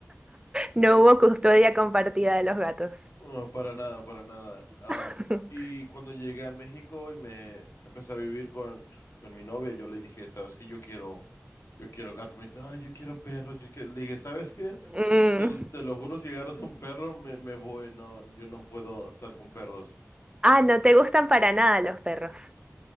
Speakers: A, on the right; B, on the left.
A: No hubo custodia compartida de los gatos.
B: No, para nada, para nada. Am,
A: <laughs>
B: y cuando llegué a México y me empecé a vivir con, con mi novia, yo le dije, ¿sabes qué? Yo quiero, yo quiero gatos. Me dice, ay, yo quiero perros. Yo quiero-". Le dije, ¿sabes qué?
A: Mm.
B: Te, te lo juro, si agarras un perro, me, me voy. No, yo no puedo estar con perros.
A: Ah, no te gustan para nada los perros.